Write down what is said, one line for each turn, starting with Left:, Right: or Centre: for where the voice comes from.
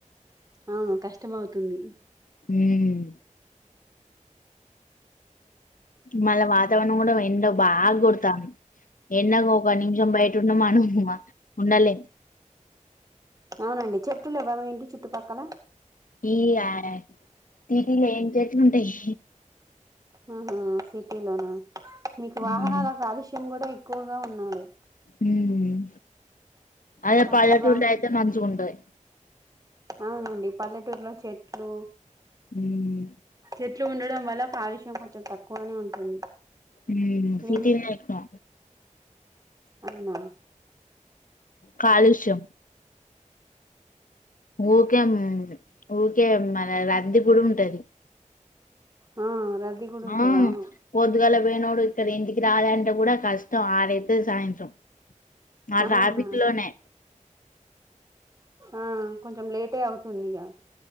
Right: అవును కష్టం అవుతుంది
Left: ఉమ్ మళ్ళ వాతావరణం కూడా ఎండ బాగొడతంది ఎండకు ఒక నిమిషం బయటన్న మనం ఉండలేము
Right: అవునండి చెట్లు లెవ్వ మీ ఇంటి చుట్టుపక్కల
Left: ఈ ఆ సిటీలో ఏం చెట్లుంటాయి
Right: ఆహా సిటీ లోనా మీకు వాహనాల
Left: ఉమ్
Right: కాలుష్యం కూడా ఎక్కువగా ఉన్నాలె
Left: ఉమ్ అదే
Right: ఆ
Left: పల్లెటూరులయితే
Right: పొగ
Left: మంచిగుంటది
Right: అవునండి పల్లెటూరులో చెట్లు
Left: ఉమ్
Right: చెట్లు ఉండడం వల్ల కాలుష్యం కొంచం తక్కు తక్కువనే ఉంటుంది
Left: ఉమ్
Right: మీము
Left: సిటీలో ఎక్కువ
Right: అవనా
Left: కాలుష్యం ఊకే ఊకే మళ రద్దీ కూడా ఉంటది
Right: ఆ రద్దీ కూడా ఉంటది
Left: ఆ
Right: అవును
Left: పొద్గల బోయ్నోడు డ ఇంటికి రాలంట కూడా కష్టం ఆరైత్తే సాయంత్రం మా రాబిట్
Right: అవునా
Left: లోనే
Right: ఆ కొంచెం లేటే అవుతు తందిగా